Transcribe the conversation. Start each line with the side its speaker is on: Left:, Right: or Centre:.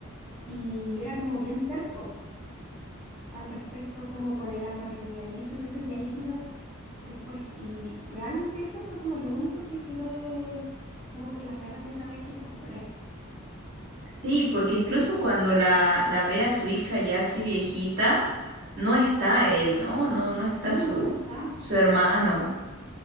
Centre: y era como bien terco al respecto, como con el asma que tenía el hijo y todo eso, y ahí quedó. después. Y realmente eso fue como lo único que quedé como con las ganas de saber qué pasó con él.
Right: Sí, porque incluso cuando la, la ve a su hija ya así viejita, no está él, ¿no? No, no está
Centre: Sí,
Right: su,
Centre: no, no está.
Right: su hermano.